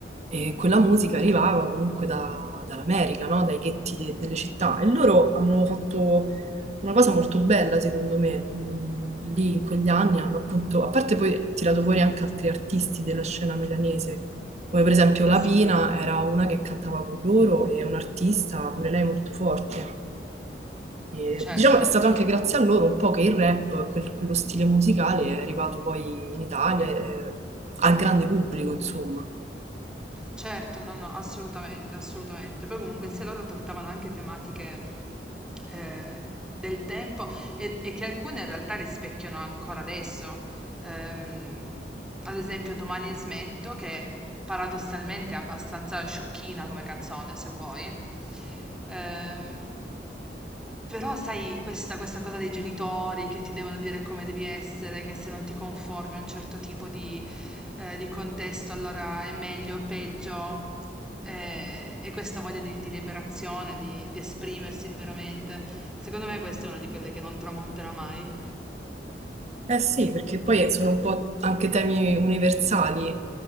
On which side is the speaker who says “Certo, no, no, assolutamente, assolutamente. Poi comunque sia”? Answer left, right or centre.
Centre